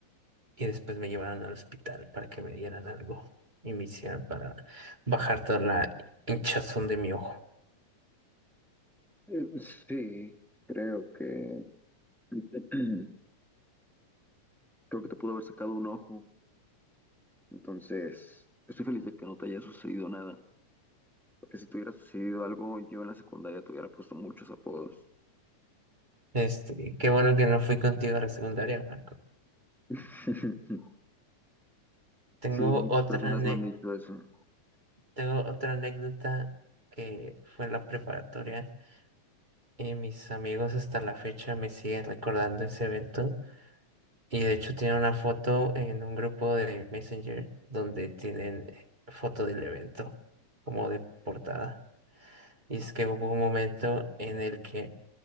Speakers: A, on the right; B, in the centre.
A: y después me llevaron al hospital para que me dieran algo y me hicieran para bajar toda la hinchazón de mi ojo.
B: Eh, pues, Sí, creo que <clears throat> creo que te pudo haber sacado un ojo. Entonces, estoy feliz de que no te haya sucedido nada. Porque si te hubiera sucedido algo, yo en la secundaria te hubiera puesto muchos apodos.
A: Este, qué bueno que no fui contigo a la secundaria, Marco.
B: <laughs>
A: Tengo
B: Sí, muchas
A: otra
B: personas
A: ane
B: me han dicho eso.
A: tengo otra anécdota que fue en la preparatoria y mis amigos hasta la fecha me siguen recordando ese evento y de hecho tienen una foto en un grupo de Messenger donde tienen foto del evento como de portada. Y es que hubo un momento en el que